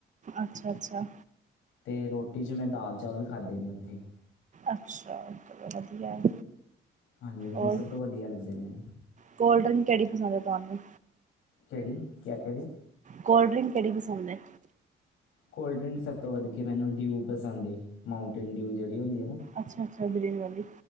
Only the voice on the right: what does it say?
ਅੱਛਾ- ਅੱਛਾ।
ਅੱਛਾ ਚਲੋ ਵਦਿਆ ਹੈ।
ਔਰ
ਕੋਲਡ ਡਰਿੰਕ ਕਿਹੜੀ ਪਸੰਦ ਹੈ ਤੁਹਾਨੂੰ
ਕੋਲਡ ਡਰਿੰਕ ਕਿਹੜੀ ਪਸੰਦ ਹੈ?
ਅੱਛਾ-ਅੱਛ ਗਰੀਨ ਵਾਲੀ